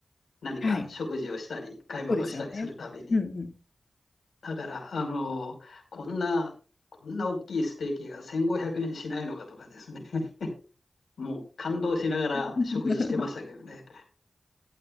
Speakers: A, on the left; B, on the left.
A: 何か食事をしたり、
B: はい。
A: 買い物をしたりするたびに。
B: そうですよね。うんうん。
A: だから、あの、こんな、こんな大きいステーキが1500円しないのかとかですね。<laughs> もう感動しながら食事してましたけどね。
B: うん